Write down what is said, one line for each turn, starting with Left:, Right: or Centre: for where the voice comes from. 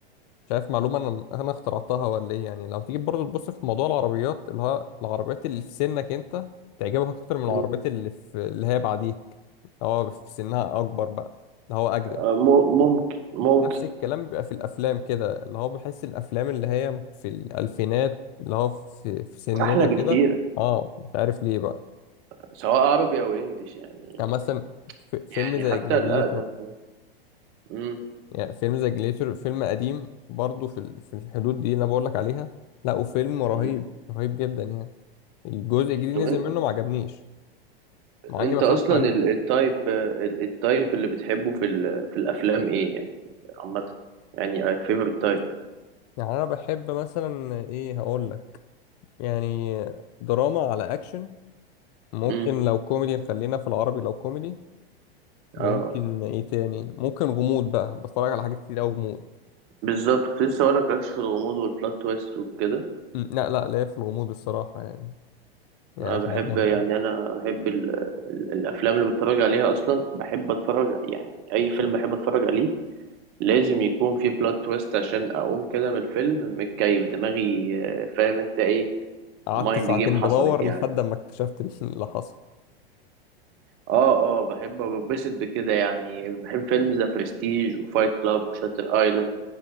Left: مش عارف معلومة انا انا اخترعتها ولا ايه يعني لو تيجي برضه تبص في موضوع العربيات اللي هو العربيات اللي في سنك انت تعجبك اكتر من العربيات
Right: مم.
Left: اللي في اللي هي بعديك اللي هو في سنها اكبر بقى اللي هو اجدد
Right: آه، م- ممكن ممكن
Left: نفس الكلام بيبقى في الافلام كده اللي هو بحس الافلام اللي هي في الالفينات اللي هو في, في سننا
Right: احلى
Left: كده
Right: بكتير
Left: اه مش عارف ليه بقى
Right: سواء عربي او انجليش يعني
Left: يعني مثلا في فيلم
Right: يعني
Left: زي
Right: حتى
Left: جلاديتور
Right: الاقدم هو. امم
Left: يعني فيلم زي جلاديتور فيلم قديم برضه في ال- في الحدود دي اللي انا بقول لك عليها لا وفيلم رهيب
Right: أمم.
Left: رهيب جدا يعني الجزء الجديد
Right: طب
Left: نزل
Right: انت
Left: منه ما عجبنيش
Right: انت
Left: مع اني ما اتفرجتش
Right: اصلا
Left: عليه
Right: ال- التايب ال- التايب اللي بتحبه في ال- في الافلام ايه يعني عامه يعني فيفرت تايب
Left: يعني انا بحب مثلا ايه هقول لك يعني دراما على اكشن ممكن
Right: امم
Left: لو كوميدي نخلينا في العربي لو كوميدي ممكن
Right: اه
Left: ايه تاني ممكن غموض بقى بتفرج على حاجات كتير قوي غموض
Right: بالظبط كنت لسه هقول لك ركش في الغموض والبلوت تويست وكده
Left: م، لا لا لا في الغموض الصراحة يعني يعني
Right: انا بحب
Left: حاجة جامدة
Right: يعني انا بحب ال ال الافلام اللي بتفرج عليها اصلا بحب اتفرج يعني اي فيلم بحب اتفرج عليه لازم يكون فيه بلوت تويست عشان اقوم كده من الفيلم متكيف دماغي آه، فاهم انت ايه
Left: قعدت
Right: مايند
Left: ساعتين
Right: جيم حصلت
Left: بدور
Right: يعني
Left: لحد ما اكتشفت <laughs> اللي حصل
Right: اه اه بحب ببسط بكده يعني بحب فيلم ذا برستيج وفايت كلاب وشاتر ايلاند